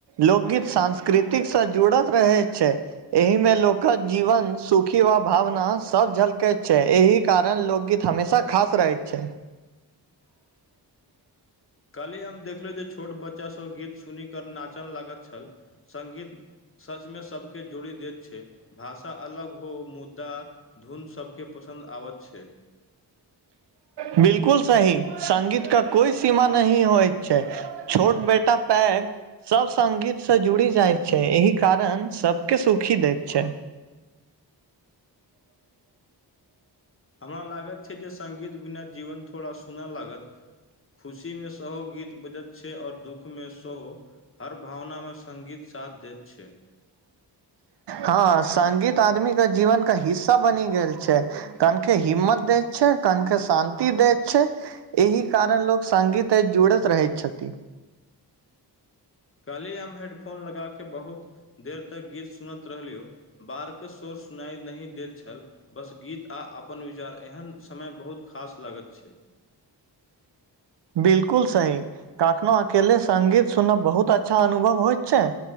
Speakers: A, on the right; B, on the left.
A: लोकगीत सांस्कृतिकसँ जुड़ल रहै छै एहि मे लोकक जीवन सुखी वा भावना सभ झलकैत छै एहि कारण लोकगीत हमेशा खास रहैत छै
B: कल्हि हम देखलहुँ जे छोट बच्चासभ गीत सुनीकऽ नाचन लागैत छल संगीत सचमे सबके जोड़ी देत छै भाषा अलग हो मुद्दा धुन सभके पसन्द आबैत छै <inaudible>
A: बिल्कुल सही संगीत के कोइ सीमा नहिही होइत छै छोट बेटा पैग सब सङगीतसँ जुड़ि जाइ छै एहि कारण सबके सुखी दैत छै
B: हमरा लागत छै जे सँगीत बिना जीवन थोड़ा सुना लागत खुशीमे सेहो गीत बजैत छै आओर दुःखमे सेहो हर भावनामे सङ्गीत साथ दैत छै
A: हँ संगीत आदमी के जीवन के हिस्सा बनि गेल छै कनखे हिम्मत दै छै कनखे शान्ति दै छै एहि कारण लोक सङ्गीत सँ जुड़ैत रहैत छथिन
B: काल्हि हम हेडफोन लगा कऽ बहुत देर तक गीत सुनैत रहलियौ बाहरके सौर सुनाइ नहि दैत छल बस गीत आ अपन विचार एहन समय बहुत खास लागत छै
A: बिल्कुल सही कखनो अकेले संगीत सुनब बहुत अच्छा अनुभव होइत छै